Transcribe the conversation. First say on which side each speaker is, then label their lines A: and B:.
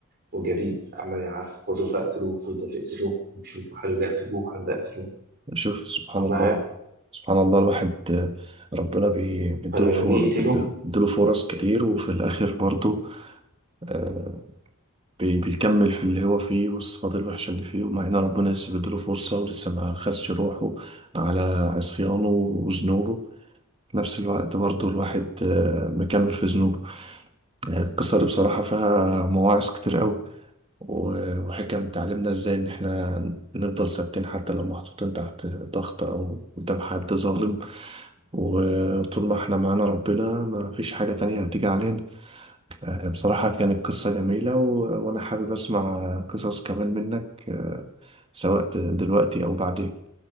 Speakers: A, on the right; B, on the right.
A: وجريء عمال يعسكروا فاقتلوه فضل فاقتلوه مش عارف حد يقتلوه حد يقتلوه
B: شوف سبحان
A: أما
B: الله سبحان الله الواحد آه، ربنا بي- بيديله
A: فلما
B: فر-
A: جه يقتله
B: بيد- بيديله فرص كتير وفي الآخر برضه آه، بي- بيكمل في اللي هو فيه والصفات الوحشة اللي فيه ومع إن ربنا لسه بيديله فرصة ولسه ما خدش روحه على عصيانه وذنوبه في نفس الوقت برضه الواحد آه، مكمل في ذنوبه يعني القصة دي بصراحة فيها مواعظ كتير قوي و- وحكم تعلمنا إزاي إن إحنا نفضل ثابتين حتى لو محطوطين تحت ضغط أو قدام حد ظالم وطول ما احنا معانا ربنا ما فيش حاجة تانية هتيجي علينا بصراحة كانت قصة جميلة و... وأنا حابب أسمع قصص كمان منك آه، سواء دلوقتي أو بعدين